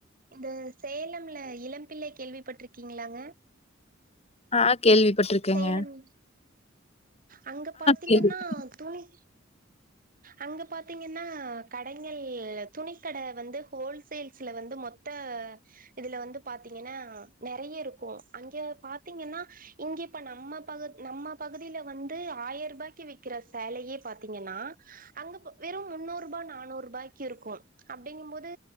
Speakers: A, on the right (about 45°); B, on the left (about 35°).
A: இந்த சேலம்ல இளம்பிள்ளை கேள்விப்பட்டிருக்கீங்களாங்க
B: ஆ கேள்விப்பட்ருக்கங்க
A: சேலம் அங்க பாத்தீங்கன்னா
B: கேள்விப்பட்
A: துணி
B: <inaudible>
A: அங்க பாத்தீங்கன்னா கடைங்கள் துணி கட வந்து ஹோல்சேல்ஸ்ல வந்து மொத்த இதுல வந்து பாத்தீங்கன்னா நெறைய இருக்கு அங்க பாத்தீங்கன்னா இங்க இப்ப நம்ம ப நம்ம பகுதில வந்து ஆயிர் ரூபாய்க்கு விக்கிற சேலையே பாத்தீங்கன்னா அங்க இப்ப வெறு முன்னுரூபா நானுரூபாய்க்கு இருக்கு அப்டிங்கும் போது